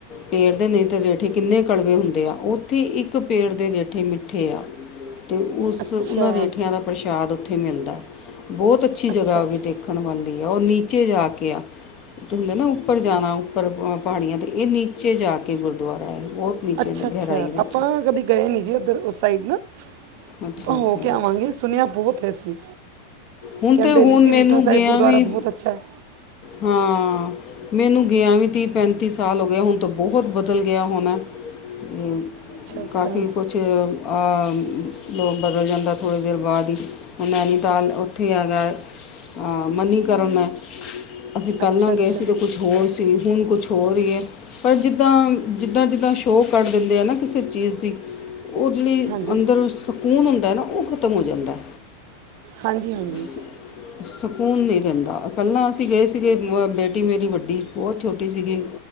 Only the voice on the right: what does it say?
ਅੱਛਾ
ਅੱਛਾ
ਅੱਛਾ
ਅੱਛ
ਅੱਛਾ
ਅੱਛਾ,
ਆਪਾਂ ਨਾ ਕਦੇ ਗਏ ਨਹੀਂ ਜੀ, ਉੱਧਰ ਉਸ ਸਾਈਡ ਨਾ
ਆਪਾ ਹੋ
ਕੇ ਆਵਾਂਗੇ, ਸੁਣਿਆ ਬਹੁਤ ਏ ਅਸੀਂ।
ਕਹਿੰਦੇ
ਨੀ
ਰੀਠਾ ਸਾਹਿਬ
ਗੁਰਦੁਆਰਾ
ਬਹੁਤ ਅੱਛਾ ਹੈ।
ਅੱਛਾ ਅੱਛਾ
ਅੱਛਾ
ਅੱਛਾ
ਹਾਂਜੀ
ਹਾਂਜੀ ਹਾਂਜੀ